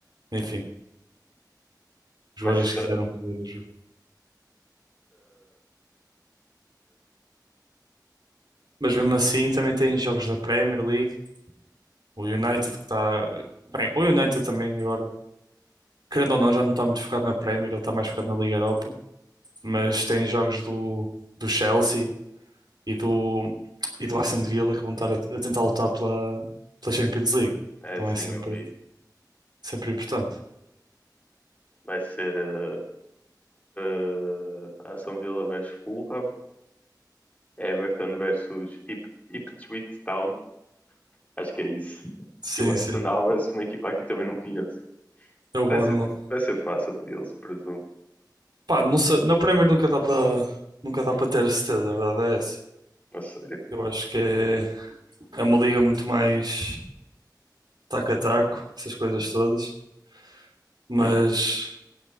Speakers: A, on the right (about 70°); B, on the left (about 20°).
A: enfim, os
B: Mas
A: Warriors
B: está.
A: quiseram perder o jogo. Mas mesmo assim também tem jogos da Premier League. O United que está. Bem, o United também agora. Querendo ou não, já não está muito focado na Premier, ele está mais focado na Liga Europa. Mas tem jogos do, do Chelsea e do, e do Aston Villa que vão estar a, a tentar lutar pela, pela Champions League.
B: É,
A: Então
B: sim,
A: é sempre,
B: eu vi.
A: sempre importante.
B: Vai ser uh, uh, Aston Villa versus Fulham, Everton versus Ip- Ipswich Town. Acho que é isso.
A: Sim,
B: E o Arsenal
A: sim.
B: versus uma equipa que também não conheço.
A: É o
B: Vai
A: Bournemouth.
B: ser, tu- vai ser fácil para eles, presumo.
A: Pá, não sei- na Premier nunca dá para nunca dá para ter a certeza, a verdade é essa.
B: A sério.
A: Eu acho que é, é uma liga muito mais taco a taco, essas coisas todas. Mas
B: Uhum.